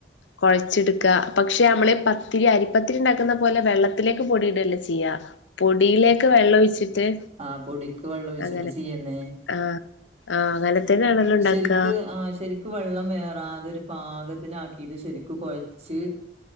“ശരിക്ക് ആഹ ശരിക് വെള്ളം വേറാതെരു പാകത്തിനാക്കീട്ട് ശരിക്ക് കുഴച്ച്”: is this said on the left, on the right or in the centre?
Right